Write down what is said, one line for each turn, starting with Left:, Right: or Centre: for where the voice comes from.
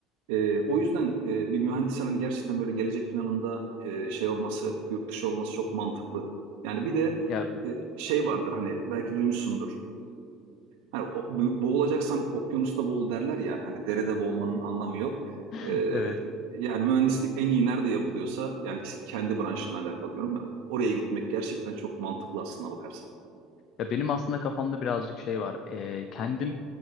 Right: Ee, o yüzden e, bir mühendis hani gerçekten böyle gelecek planında e, şey olması, yurt dışı olması çok mantıklı. Yani bir de
Left: Ya
Right: e, şey vardır hani belki duymuşsundur. Hani o- bo- boğulacaksan okyanusta boğul derler ya. Hani derede boğulmanın anlamı yok.
Left: <laughs>
Right: Ee,
Left: Evet.
Right: yani mühendislik en iyi nerede yapılıyorsa yani kendi branşınla alakalı diyorum ben. Oraya gitmek gerçekten çok mantıklı aslında bakarsın.
Left: Ya benim aslında kafamda birazcık şey var. Ee, kendim